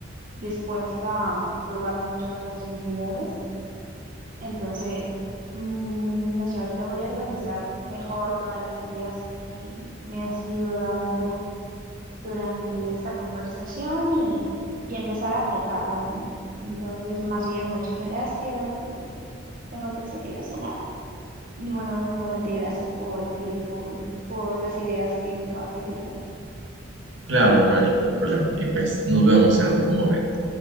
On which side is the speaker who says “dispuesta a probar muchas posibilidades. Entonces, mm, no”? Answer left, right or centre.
Right